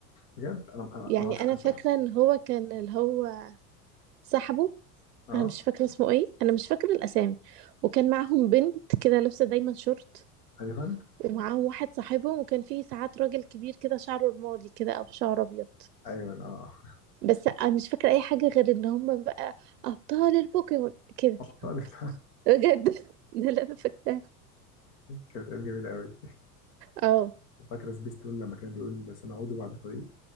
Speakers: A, on the left; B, on the right.
A: بجد انا انا انا
B: يعني
A: ما اعرفش
B: انا
A: القصه
B: فاكره
A: قوي
B: ان هو كان اللي هو صاحبه
A: اه
B: انا مش فاكره اسمه ايه انا مش فاكره الاسامي وكان معاهم بنت كده لابسه دايما شورت
A: ايوه
B: ومعاهم واحد صاحبهم وكان فيه ساعات راجل كبير كده شعره رمادي كده او شعر ابيض
A: ايوه اه
B: بس انا مش فاكره اي حاجه غير ان هم بقى ابطال البوكيمون كده
A: ابطال <laughs>
B: بجد <laughs> ده اللي انا فاكراه
A: كانت ايام جميله قوي
B: اه
A: فاكره سبيستون لما كان بيقول سنعود بعد قليل